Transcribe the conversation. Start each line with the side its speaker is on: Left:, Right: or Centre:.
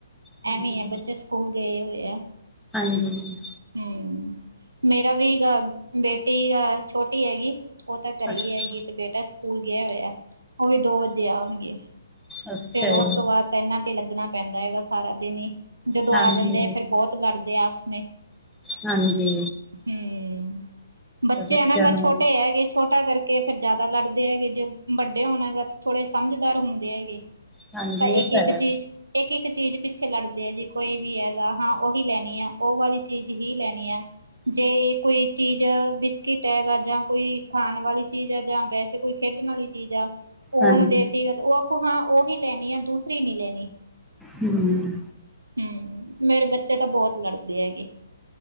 Centre: ਹਾਂਜੀ,
Right: ਐਵੇਂ ਆ ਬੱਚੇ ਸਕੂਲ ਗਏ ਹੋਏ ਆ।
Centre: ਹਾਂਜੀ।
Right: ਹੂੰ, ਮੇਰਾ ਵੀ ਗਾ ਬੇਟੀ ਆ ਛੋਟੀ ਹੈਗੀ ਉਹ ਤਾਂ ਘਰੇ
Centre: ਅੱਛਾ।
Right: ਹੀ ਹੈਗੀ ਤੇ ਬੇਟਾ ਸਕੂਲ ਗਿਆ ਹੋਇਆ। ਓ ਵੀ ਦੋ ਵਜੇ ਆਣਗੇ।
Centre: ਅੱਛਾ
Right: ਫੇਰ ਉਸ
Centre: ਜੀ,
Right: ਤੋਂ ਬਾਅਦ ਤੇ ਇਹਨਾ ਤੇ ਈ ਲੱਗਣਾ ਪੈਂਦਾ ਹੈਗਾ ਸਾਰਾ ਦਿਨ ਈ, ਜਦੋਂ
Centre: ਹਾਂਜੀ-ਹਾਂਜੀ।
Right: ਆ ਜਾਂਦੇ ਆ ਫੇਰ ਬਹੁਤ। ਲੜਦੇ ਆ ਆਪਸ ਮੇ।
Centre: ਹਾਂਜੀ।
Right: ਹਮ, ਬੱਚੇ
Centre: ਬੱਚਿਆਂ
Right: ਆ ਨਾ ਬਛ,
Centre: ਨੂੰ
Right: ਛੋਟੇ ਹੈਗੇ ਛੋਟਾ ਕਰ ਕੇ ਫਿਰ ਜ਼ਿਆਦਾ ਲੜਦੇ ਹੈਗੇ, ਜੇ ਵੱਡੇ ਹੋਣ ਬਸ ਥੋੜੇ ਸਮਝਦਾਰ ਹੁੰਦੇ ਹੈਗੇ।
Centre: ਹਾਂਜੀ
Right: ਤਾਂ
Centre: ਇਹ
Right: ਇੱਕ-ਇੱਕ
Centre: ਹੈ,
Right: ਚੀਜ਼। ਇੱਕ-ਇੱਕ ਚੀਜ਼ ਪਿੱਛੇ ਲੜਦੇ ਆ ਜੀ, ਕੋਈ ਵੀ ਹੈਗਾ ਹਾਂ ਉਹੀ ਲੈਣੀ ਆ, ਉਹ ਵਾਲੀ ਚੀਜ਼ ਹੀ ਲੈਣੀ ਆ। ਜੇ ਏ ਕੋਈ ਚੀਜ਼, ਬਿਸਕਿੱਟ ਹੈਗਾ ਜਾਂ ਕੋਈ ਖਾਣ ਵਾਲੀ ਚੀਜ਼ ਆ ਜਾਂ ਵੈਸੇ ਕੋਈ ਖੇਡਣ ਆਲੀ ਚੀਜ਼ ਆ, ਉਹ-ਉਹਨੂੰ
Centre: ਹਾਂਜੀ
Right: ਦੇਤੀ ਤੇ ਉਹ ਆਖੂ ਹਾਂ, ਉਹੀ ਲੈਣੀ ਆ ਦੂਸਰੀ ਨੀ ਲੈਣੀ।
Centre: ਹਮ।
Right: ਹਮ, ਮੇਰੇ ਬੱਚੇ ਤਾਂ ਬਹੁਤ ਲੜਦੇ ਹੈਗੇ।